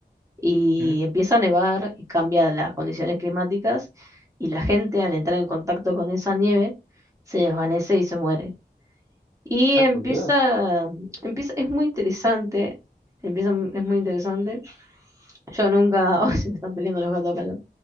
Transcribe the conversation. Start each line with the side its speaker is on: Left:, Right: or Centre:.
Right: y
Centre: Mm,
Right: empieza a nevar y cambia las condiciones climáticas, y la gente al entrar en contacto con esa nieve se desvanece y se muere. Y
Centre: Ay,
Right: empieza,
Centre: por Dios.
Right: empieza, es muy interesante, empieza, es muy interesante. Yo nunca, <laughs> hoy se me están peleando los gatos acá.